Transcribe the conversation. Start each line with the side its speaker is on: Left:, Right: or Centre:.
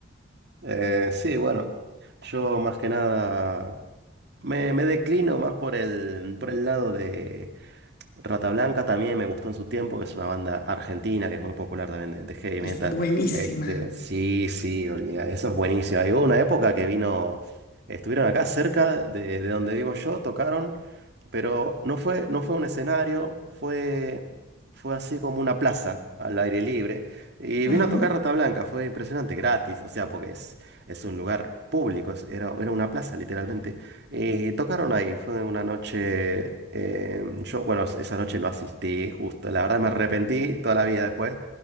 Right: Eh, sí, bueno, yo más que nada... Me, me declino más por el, por el lado de Rata Blanca también me gustó en su tiempo, que es una banda argentina que es muy popular también de,
Left: <laughs>
Right: de heavy
Left: es
Right: metal.
Left: buenísima.
Right: Este, sí, sí, olía, eso es buenísimo. Hay una época que vino, estuvieron acá cerca de, de donde vivo yo, tocaron pero no fue, no fue un escenario, fue, fue así como una plaza al aire libre. Y
Left: Ajá,
Right: vino a tocar Rata Blanca, fue impresionante, gratis, o sea, porque es, es un lugar público, es- era, era una plaza literalmente. Y tocaron ahí, fue una noche, eh, yo, bueno, esa noche no asistí, justo, la verdad me arrepentí toda la vida después,